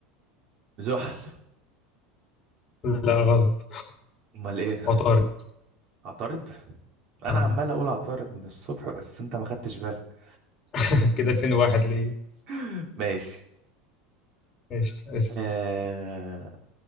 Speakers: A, on the right; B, on the left.
A: زحل
B: لا غلط
A: امال ايه
B: <laughs> عطارد
A: عطارد انا
B: اه
A: عمال اقول عطارد من الصبح بس انت ما خدتش بالك
B: <laughs> كده اتنين واحد ليه
A: <laughs> ماشي
B: قشطة
A: آه...